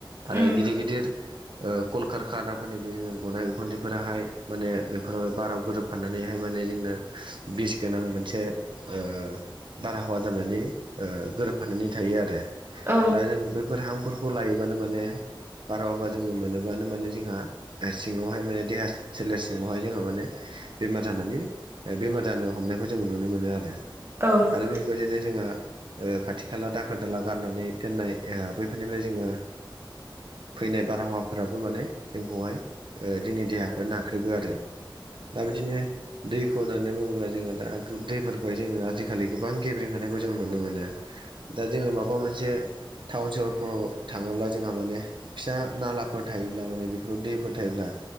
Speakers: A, on the right; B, on the right.
A: आरो
B: उम
A: गिदिर गिदिर कलकारखानाफोरनिफ्राय जोंङो गनाय उखुन्दैफोराहाय माने बेफोरावहाय बाराव गोरोबफाननानैहाय माने जोंनो बिस गोनां मोनसे ओ बारहावा जानानै ओ गोरोबफानानै थायो आरो
B: औ
A: दा जोंङो बे बेफोर हांफोरखौ लायोबानो माने बार' हगा जोंङो मोनोबानो माने जोंहा सिङांवहाय माने देहा सोलेर सिङावहाय जोंहा माने बेमार जानानै बेमार जानो हमनायखौ जोंङो नुनो मोनो आरो
B: औ औ
A: आरो बेफोरबायदिनो जोंहा खाथि खाला दाखोर दाला गारनानै दोननाय बैफोरनिफ्राय जोंङो फैनाय बारहावाफोराबो माने जोंखौहाय जोंनि देहाखौहाय नाग <unintelligible> आरो दा बिदिनो दैखौ होननानै बुङोब्ला जोंङो दा दैफोरखौहाय जोंङो आजिखालि गोबां गेब्रें होनायखौ जों नुनो मोनो दा जोंङो माबा मोनसे टाउन सहरफोराव थांङोब्ला जोंहा माने फिसा नालाफोर थायोब्ला माने बेफोराव दैफोर थायोब्ला